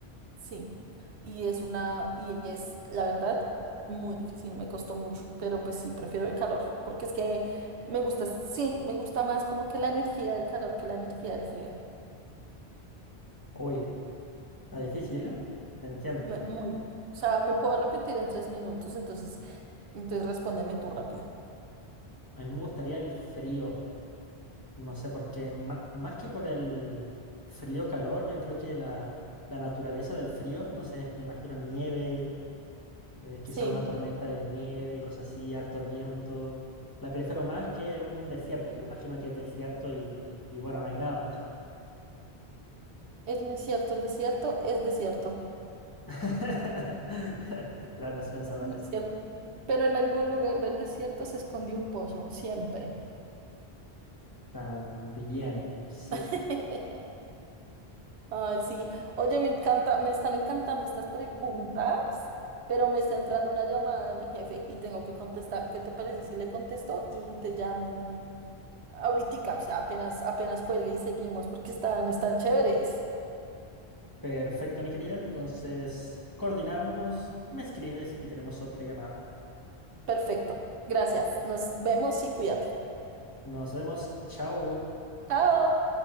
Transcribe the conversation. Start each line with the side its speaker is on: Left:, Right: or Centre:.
Right: sí. Y es una, y es, la verdad, muy difícil, me costó mucho, pero pues sí, prefiero el calor, porque es que me gusta, sí, me gusta más como que la energía del calor que la energía del frío.
Left: Uy, está difícil, ¿eh? Te entiendo.
Right: Me- muy, o sea, me puedo arrepentir en tres minutos, entonces, entonces respóndeme tú rápido.
Left: A mí me gustaría el frío. No sé por qué, ma- más que por el frío, calor, yo creo que la, la naturaleza del frío, no sé, me imagino nieve, eh,
Right: Sí,
Left: quizá una tormenta de nieve, cosas así, harto viento. La prefiero más que en un desierto, que me imagino que es desierto y, y bueno, no hay nada.
Right: es muy cierto, el desierto es desierto.
Left: <laughs> Grandes pensadores.
Right: Muy cierto. Pero en algún lugar del desierto se escondió un pozo, siempre.
Left: También, sí.
Right: <laughs> Ay, sí. Oye, me encanta, me están encantando estas preguntas, pero me está entrando una llamada de mi jefe y tengo que contestar. ¿Qué te parece si le contesto y te llamo ahorita? O sea, apenas, apenas cuelgue y seguimos porque están, están chéveres.
Left: Perfecto, mi querida. Entonces, coordinamos, me escribes y tenemos otra llamada.
Right: Perfecto. Gracias. Nos vemos y cuídate.
Left: Nos vemos. Chao.
Right: Chao.